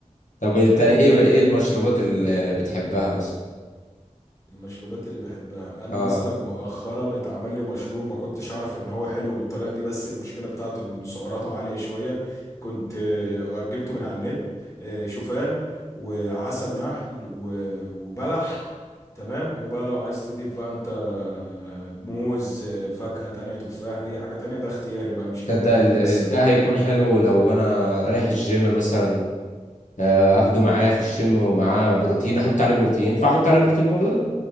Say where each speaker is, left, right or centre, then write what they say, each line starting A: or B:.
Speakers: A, on the left; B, on the left.
A: طب انت
B: انت
A: ايه ايه المشروبات اللي بتحبها مثلا
B: المشروبات اللي بحبها انا
A: اه
B: مثلا مؤخرا اتعمل لي مشروب ما كنتش اعرف ان هو حلو بالطريقه دي بس المشكله بتاعته ان سعراته عاليه شويه كنت آه، جبته من على النت آه، شوفان وعسل نحل و- وبلح تمام وبقى لو عايز تضيف بقى انت آه، موز آه، فاكهه تانية تفاح اي حاجه تانية ده اختياري بقى مش اجباري
A: تصدق ال-
B: بس
A: ال- ده هيكون حلو لو انا رايح الجيم مثلا آه، اخده معايا في الجيم ومعاه بروتين احط عليه بروتين فاحط عليه بروتين باودر